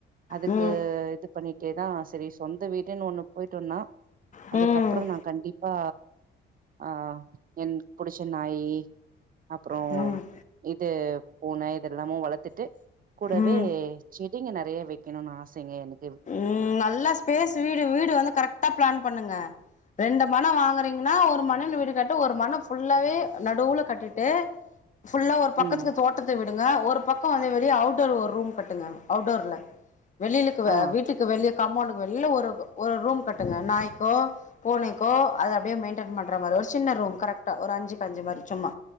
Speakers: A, on the right (about 45°); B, on the left (about 40°).
A: அதுக்கு
B: ம் ம்
A: இது பண்ணிட்டேதா செரி சொந்த வீடுன் ஒண்ணு போய்ட்டோன்னா
B: ம்
A: அதுக்கப்றோ நா கண்டிப்பா ஆ என்க் புடிச்ச நாயி அப்றோ
B: ம்
A: இது பூன இதெல்லாமு வளத்துட்டு கூடவே
B: ம்
A: செடிங்க நெறைய வைக்கணுன் ஆசைங்க எனக்
B: ம் நல்லா ஸ்பேஸ் வீடு வீடு வந்து கரெக்ட்டா பிளான் பண்ணுங்க ரெண்டு மன வாங்குறீங்குனா ஒரு மனல் வீடு கட்ட ஒரு மன ஃபுல்லாவே நடூல கட்டிட்டு ஃபுல்லா ஒரு பக்கத்துக்கு
A: ம்
B: தோட்டத்த விட் டுங்க ஒரு பக்கோ வந்து வெளிய அவ்டோர் ஒர் ரூம் கட்டுங்க அவ்டோர்ல வெள் க்குவ
A: ஆ
B: வீட்டுக்கு வெளிர் காமோண்டுக்கு வெளில ஒரு ஒரு ரூம் கட்டுங்க நாய்க்கோ பூனைக்கோ அது அப்டியே மெய்ன்டென் பண்ற மாரி ஒரு சின்ன ரூம் கரெக்ட்டா ஒரு அஞ்சுக்கு அஞ்சு மாரி சும்மா